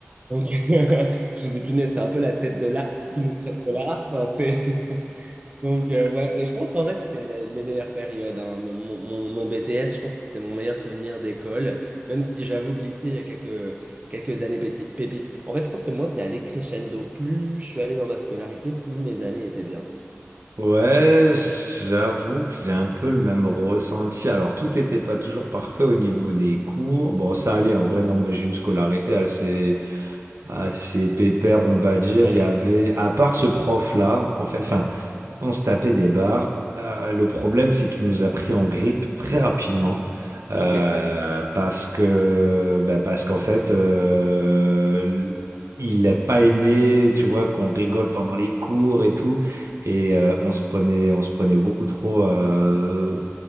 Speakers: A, on the right; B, on the right.
A: Donc <laughs> je me suis dit mais c'est un peu la tête de l'art qui nous traite de l'art. Enfin, c'est donc, euh, ouais, et je pense qu'en vrai, c'était la- mes meilleures périodes. hein. Mon, mon- mon- mon BTS, je pense que c'est mon meilleur souvenir d'école, même si j'avoue que lycée, il y a quelques, quelques années péti- pépites. En fait, je pense que moi, c'est allé crescendo. Plus je suis allé dans ma scolarité, plus mes années étaient bien.
B: Ouais, j'avoue que j'ai un peu le même ressenti. Alors, tout n'était pas toujours parfait au niveau des cours. Bon, ça allait en vrai, non, moi j'ai une scolarité assez, assez pépère, on va dire.
A: Ouais,
B: Il y avait, à part ce prof-là, en fait, enfin, on se tapait des barres. Euh, le problème, c'est qu'il nous a pris en grippe très rapidement euh,
A: ok,
B: parce que, bah, parce qu'en fait, euh, il n'a pas aimé, tu vois, qu'on rigole pendant les cours et tout, et euh, on se prenait, on se prenait beaucoup trop. euh,